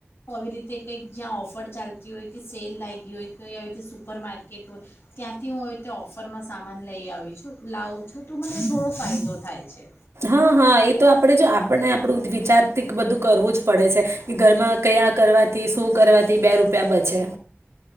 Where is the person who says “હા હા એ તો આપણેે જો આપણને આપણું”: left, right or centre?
Right